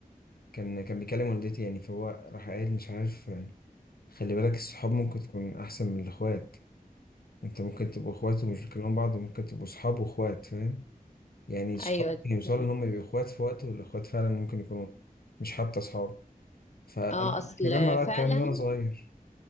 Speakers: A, on the left (about 80°); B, on the left (about 50°).
A: كان كان بيكلم والدتي يعني فهو راح قايل مش عارف خلي بالك الصحاب ممكن تكون احسن من الاخوات انت ممكن تبقوا اخوات ومش بتكلموا بعض وممكن تبقوا صحاب واخوات فاهم يعني الصحاب
B: أيوة
A: ممكن
B: دي
A: يوصلوا
B: حقيقة.
A: ان هم يبقوا اخوات في وقت والاخوات فعلا ممكن يكونوا مش حتى صحاب فانا
B: اه
A: مش
B: أصل
A: مجمع بقى
B: فعلا
A: الكلام ده وانا صغير